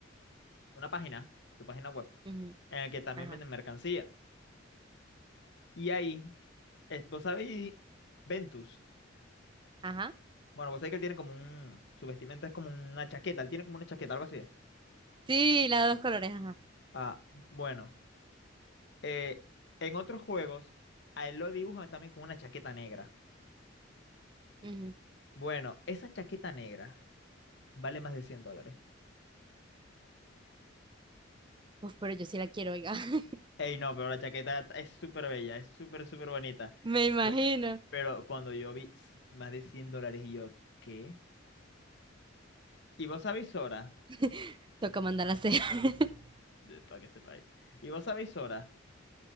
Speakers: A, on the left (about 60°); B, on the right (about 25°).
A: una página, su página web,
B: Ujú,
A: en la que también
B: Ajá,
A: venden mercancía. Y ahí, eh, vos sabéis, Ventus.
B: ajá,
A: Bueno, vos sabés que él tiene como un. Su vestimenta es como una chaqueta. Él tiene como una chaqueta, algo así.
B: Sí, la de dos colores, ajá.
A: Ah, bueno. eh, en otros juegos, a él lo dibujan también con una chaqueta negra.
B: ujú.
A: Bueno, esa chaqueta negra vale más de cien dólares.
B: Uf, pero yo sí la quiero, oiga. <laughs>
A: Ey, no, pero la chaqueta t- es súper bella, es súper, súper bonita.
B: Me imagino.
A: Pe- Pero cuando yo vi s- más de 100 dólares y yo, ¿qué? ¿Y vos sabéis Sora?
B: <laughs> Toca mandarla a hacer. <laughs>
A: Para que sepáis. ¿Y vos sabéis Sora?